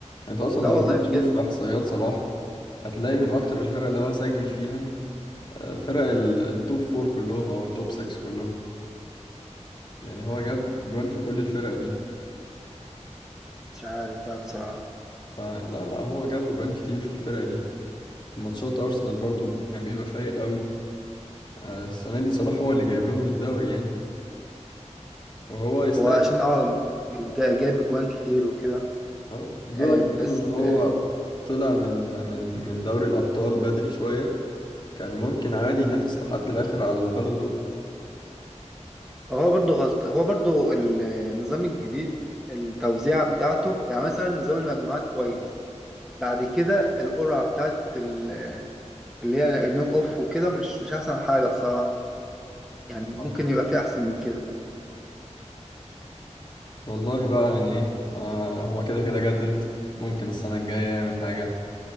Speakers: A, on the left; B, in the centre.
A: انت اصلا
B: لا
A: لو
B: والله
A: جيت
B: بجد
A: تشوف في احصائيات صلاح هتلاقي من اكتر الفرق اللي هو سجل فيها آه، فرق ال- التوب فور كلهم او التوب 6 كلهم يعني هو
B: مم،
A: جاب جون في كل الفرق دي
B: مش عارف بقى بصراحة
A: فلا لا هو جاب جوان كتير في الفرق دي ماتشات ارسنال برضو كان بيبقى فايق قوي آه، السنة دي صلاح هو اللي جايب لهم الدوري يعني وهو يستاهل
B: هو عشان اه جا- جايب اجوان كتير وكده
A: اه لولا
B: آه
A: كمان
B: بس
A: ان هو
B: آه
A: طلع من من من دوري الابطال بدري شويه كان ممكن عادي ينافس لحد الاخر على البالون دور
B: هو برضو غلط هو برضو النظام الجديد التوزيعة بتاعته يعني مثلا نظام المجموعات كويس بعد كده القرعة بتاعت ال- اللي هي النوك اوف وكده مش مش احسن حاجة بصراحة يعني ممكن
A: آه.
B: يبقى في احسن من كده
A: والله بقى يعني ايه آه هو كده كده جدد ممكن السنه الجايه يعمل حاجه